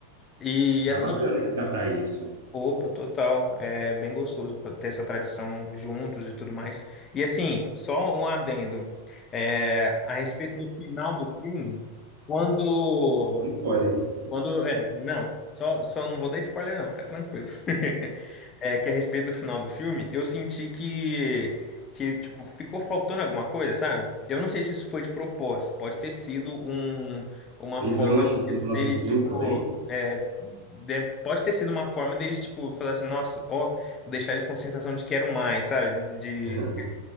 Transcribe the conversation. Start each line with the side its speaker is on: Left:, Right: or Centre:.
Left: E
Right: Ah,
Left: assim.
Right: bacana resgatar isso.
Left: Opa, total. É bem gostoso fa- ter essa tradição juntos e tudo mais. E assim, só um adendo. É, a respeito do final do filme, quando
Right: Spoiler, hein?
Left: quando, é, não, só, só não vou dar spoiler não, fica tranquilo. <laughs> É que a respeito do final do filme, eu senti que, que, tipo, ficou faltando alguma coisa, sabe? Eu não sei se isso foi de propósito, pode ter sido um, uma
Right: Um
Left: forma
Right: gancho para um próximo
Left: deles,
Right: filme,
Left: tipo,
Right: talvez.
Left: é, deve, pode ter sido uma forma deles, tipo, falar assim, nossa, ó, vou deixar eles com sensação de quero mais, sabe? De,
Right: <laughs>